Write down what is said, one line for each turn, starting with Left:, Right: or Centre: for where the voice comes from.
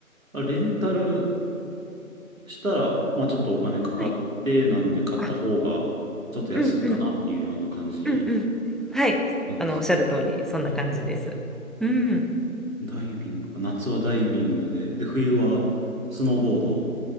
Right: あ。レンタルしたら、まあちょっとお金かかって、
Centre: はい。
Right: なんで買った方がちょっと安いかなっていうような感じ
Centre: あ、うんうん。うんうん。はい。
Right: なんですね。
Centre: あの、おっしゃる通り、そんな感じです。
Right: ああ、
Centre: うん。
Right: ダイビングか。夏はダイビングで、で、冬はスノーボードで